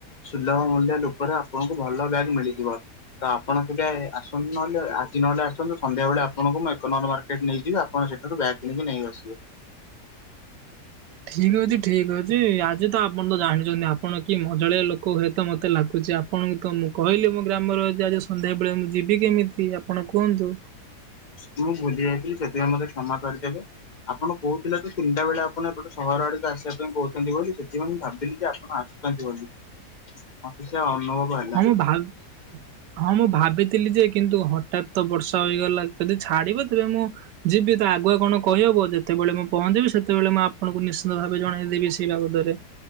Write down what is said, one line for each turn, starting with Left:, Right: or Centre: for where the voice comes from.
Left: ସୁଲଭ ମୂଲ୍ୟ ଲୋକରେ ଆପଣଙ୍କୁ ଭଲ ବ୍ୟାଗ୍ ମିଳିଯିବ। ତ ଆପଣ କେବେ ଆସନ୍ତୁ ନହେଲେ ଆଜି ନହେଲେ ଆସନ୍ତୁ ସନ୍ଧ୍ୟାବେଳେ ଆଣଙ୍କୁ ମୁଁ ଏକ ନମ୍ବର ମାର୍କେଟ ନେଇଯିବି ଆଉ ଆପଣ ସେଠାରୁ ବ୍ୟାଗ୍ କିଣିକି ନେଇ ଆସିବେ।
Right: ଠିକ୍ ଅଛି ଠିକ୍ ଅଛି ଆଜି ତ ଆପଣ ତ ଜାଣିଛନ୍ତି ଆପଣ କି ମଜାଳିଆ ଲୋକ ହୁଏତ ମୋତେ ଲାଗୁଛି ଆପଣଙ୍କୁ ତ ମୁଁ କହିଲି ମୋ ଗ୍ରାମର ଯେ ଆଜି ସନ୍ଧ୍ୟାବେଳେ ମୁଁ ଯିବି କେମିତି ଆପଣ କୁହନ୍ତୁ?
Left: ମୁଁ ଭୁଲି ଯାଇଥିଲି ସେଥିପାଇଁ ମତେ କ୍ଷମା କରିଦେବେ ଆପଣ କହୁଥିଲେ ଯେ ତିନିଟା ବେଳେ ଆପଣ ଏପଟେ ସହର ଆଡକୁ ଆସିବା ପାଇଁ କହୁଛନ୍ତି ବୋଲି ସେଥିପାଇଁ ମୁଁ ଭାବିଲି ଯେ ଆପଣ ଆ <unintelligible> ମତେ ସେ ଅନୁଭବ ହେଲା
Right: ହଁ ମୁଁ ଭା <unintelligible> ହଁ ମୁଁ ଭାବିଥିଲି ଯେ କିନ୍ତୁ ହଠାତ୍ ତ ବର୍ଷା ହେଇଗଲା ଯଦି ଛାଡିବ ତେବେ ମୁଁ ଯିବି ତ ଆଗୁଆ କଣ କହିହବ ଯେତେବେଳେ ମୁଁ ପହଞ୍ଚିବି ସେତେବେଳେ ମୁଁ ଆପଣଙ୍କୁ ନିଶ୍ଚିନ୍ତ ଭାବେ ଜଣେଇଦେବି ସେଇ ବାବଦରେ।